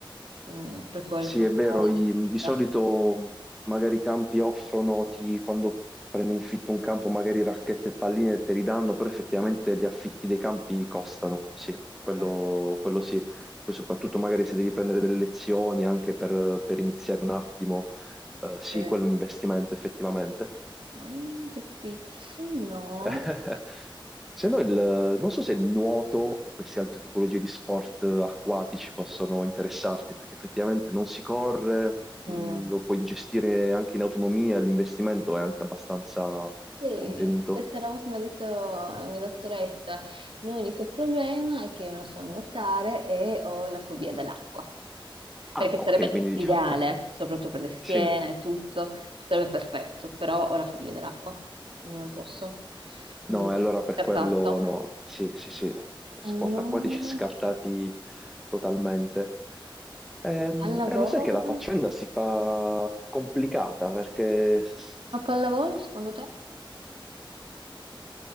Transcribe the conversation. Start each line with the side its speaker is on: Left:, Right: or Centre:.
Right: Mm, per quello
Centre: Sì,
Right: sono
Centre: è
Right: un po'
Centre: vero,
Right: indecisa.
Centre: i- di solito mh, magari i campi offrono, ti- quando prendi in fitto un campo, magari racchette e palline te li danno, però effettivamente gli affitti dei campi costano, sì, quello,
Right: Eh.
Centre: quello sì. Poi soprattutto magari se devi prendere delle lezioni anche per, per iniziare un attimo, eh, sì,
Right: sì.
Centre: quello è un investimento effettivamente.
Right: Mm, capito, se no...
Centre: <laughs> Se no, il- non so se il nuoto o queste altre tipologie di sport eh, acquatici possono interessarti, perché effettivamente non si corre, mh,
Right: Mm.
Centre: lo puoi gestire anche in autonomia, l'investimento è anche abbastanza
Right: Sì,
Centre: contenuto.
Right: stessa roba che mi ha detto la mia dottoressa. L'unico problema è che io non so nuotare e ho la fobia dell'acqua, perché
Centre: Ah, ok,
Right: sarebbe
Centre: quindi diciamo,
Right: l'ideale, soprattutto per le schiene
Centre: <laughs> sì,
Right: e tutto, sarebbe perfetto, però ho la fobia dell'acqua, quindi non posso. Quindi,
Centre: No, e allora per
Right: scartato.
Centre: quello no, sì, sì, sì, sport
Right: No,
Centre: acquatici scartati totalmente. Ehm,
Right: al lavoro.
Centre: E, lo sai che la faccenda si fa complicata perché s- s-
Right: Ma pallavolo, secondo te?